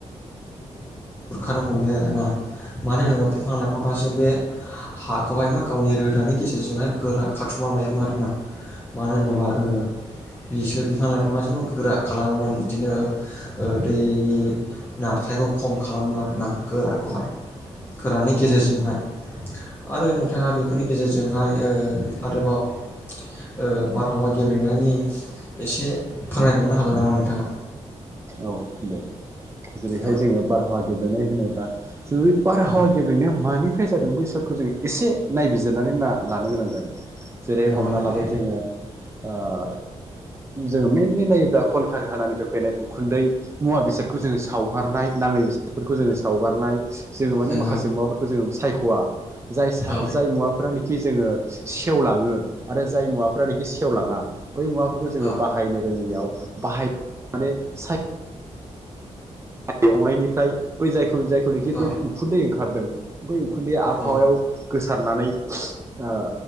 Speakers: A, on the left (about 15°); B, on the right (about 25°).
A: ना मानो होनोबा बिफां लाइफाङासो बे हाखौहाय मा गावनि रोदानि गेजेरजोंहाय गोरा खाथुमा लायोमोन आरोना मानो होनोबा ओ बिसोर बिफां लाइफाङा जोंखौ गोरा खालामोमोन बिदिनो ओ दैनि नारथायखौ खम खालामो आरोना गोराखौहाय गोरानि गेजेरजोंहाय आरो नोंथाङा बेफोरनि गेजेरजोंहाय ओ आरोबाव ओ बारहावा गेब्रेंनायनि एसे फोरमायबावनो
B: उम
A: हागोन नामा नोंथाङा?
B: औ दे जेरैहाय
A: औ
B: जोङो बारहावा गेब्रेंनाय होनोब्ला जों बे बारहावा
A: औ
B: गेब्रेंनाया मानि फ्राय जादों बैसोरखौ जों एसे नायबिजिरनानै ना लानो गोनां जागोन जेरै
A: नंगौ
B: हमना
A: नंगौ
B: लाबाय जोङो ओ जोङो मेनलि नायोब्ला कलकार हानानिफ्राय फैनाय उखुन्दै मुवा बेसादखौ जोङो सावगारनाय नाङै बेस बेफोरखौ जोङो सावगारनाय जोङो माने
A: नंगौ
B: माखासे मुवाफोरखौ जोङो सायख'वा जाय सा
A: औ
B: जाय मुवाफ्रानोखि जोङो सेवलाङो आरो जाय मुवाफ्रानोखि सेवलाङा बै मुवाफोरखौ जोङो
A: औ
B: रोङियाव बाहाय <inaudible> माने साय एवनायनिफ्राय बै जायखौ जायखौनोखि
A: औ
B: बै उखुन्दै ओंखारदों बै उखुन्दै आबहावायाव
A: औ
B: गोसो सारनानै ओ